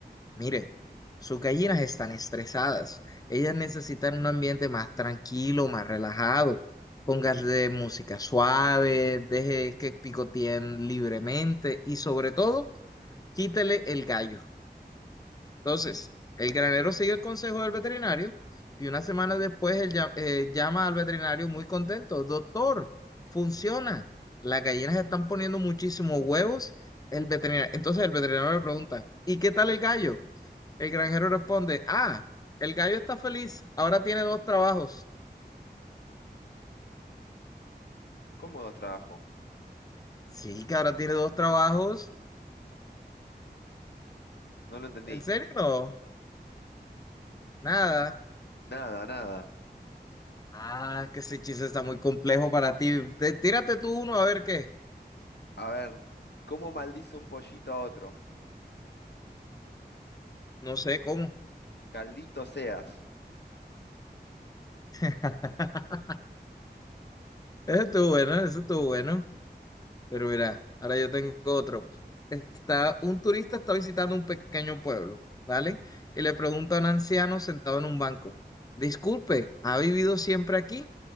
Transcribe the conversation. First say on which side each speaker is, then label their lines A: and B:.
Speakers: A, on the left (about 20°); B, on the left (about 80°).
A: mire, sus gallinas están estresadas, ellas necesitan un ambiente más tranquilo, más relajado, póngale música suave, deje que picoteen libremente y sobre todo, quítele el gallo. Entonces, el granero sigue el consejo del veterinario y una semana después él ya- eh, llama al veterinario muy contento. Doctor, funciona. Las gallinas están poniendo muchísimos huevos. El veterinario, entonces el veterinario le pregunta, ¿y qué tal el gallo? El granjero responde, ah, el gallo está feliz. Ahora tiene dos trabajos.
B: ¿Cómo dos trabajo?
A: Sí, que ahora tiene dos trabajos.
B: No lo entendí.
A: ¿En serio? No, nada.
B: Nada, nada.
A: Ah, que ese chiste está muy complejo para ti. Te- Tírate tú uno a ver qué.
B: A ver, ¿cómo maldice un pollito a otro?
A: No sé cómo.
B: Caldito seas.
A: <laughs> Eso estuvo bueno, eso estuvo bueno. Pero mira, ahora yo tengo otro. Está, un turista está visitando un pequeño pueblo, ¿vale? Y le pregunta a un anciano sentado en un banco, Disculpe, ¿ha vivido siempre aquí?